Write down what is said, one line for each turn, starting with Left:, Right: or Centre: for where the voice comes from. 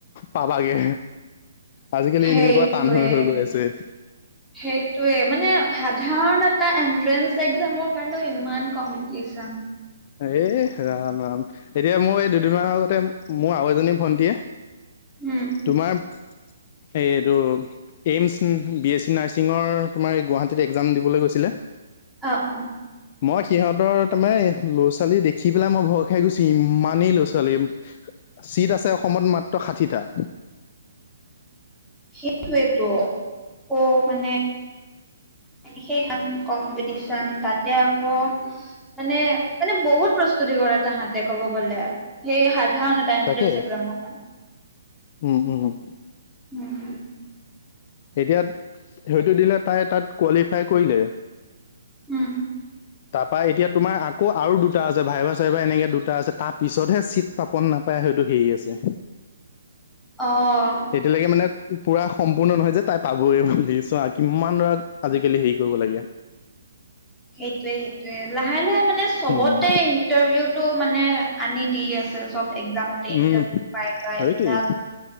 Left: পাবাগে। আজিকালি
Centre: সেইটোয়ে
Left: এনেকুৱা টান হৈ হৈ গৈ আছে।
Centre: <inaudible> সেইটোয়ে মানে সাধাৰণ এটা এন্ট্ৰেন্স এক্জামৰ কাৰণেও ইমান কম্পিটিচন।
Left: এ ৰাম ৰাম এতিয়া মোৰ এই দুদিনমানৰ আগতে মোৰ আৰু এজনী ভন্টীয়ে
Centre: উম
Left: তোমাৰ এই এইটো এইমছ বি এছ চি নাৰ্ছিঙৰ তোমাৰ এই গুৱাহাটীত একজাম দিবলৈ গৈছিলে।
Centre: অ' অ'
Left: মই সিহঁতৰ তাৰমানে ল'ৰা ছোৱালী দেখি পেলাই মই ভয় খাই গৈছো ইমানেই ল'ৰা ছোৱালী। চিট আছে অসমত মাত্ৰ ষাঠিটা।
Centre: সেইটোৱেটো, অ মানে সেইখন কম্পিটিচন তাতে আকৌ মানে মানে বহুত প্ৰস্তুতি কৰে তাহাঁতে ক'ব গলে সেই সা ধাৰণ এটা এণ্ট্ৰেন্স
Left: তাকে
Centre: একজামৰ কাৰণে।
Left: উম উম।
Centre: উম
Left: এতিয়া সেইটো দিলে তাই তাত কোৱালিফাই কৰিলে।
Centre: উম।
Left: তাৰ পৰা এতিয়া তোমাৰ আকৌ আৰু দুটা আছে ভাইভা চাইভা এনেকে দুটা আছে তাৰ পিছতহে চিট পাব। নে নাপায় হয়টো হেৰি আছে।
Centre: অ',
Left: এতিয়ালৈকে মানে পুৰা সম্পূৰ্ণ নহয় যে তাই পাবই বুলি, চোৱা আৰু কিমান ধৰা আজিকালি হেৰি কৰিব লগীয়া।
Centre: সেইটোয়ে সেইটোয়ে লাহে লাহে মানে চবতে
Left: উম
Centre: ইন্টাৰভিউত টো মানে আনি দি আছে চব একজামতে ইন্টাৰভিউ
Left: উম
Centre: ভাইবা
Left: সেইটোৱেই
Centre: এইবিলাক।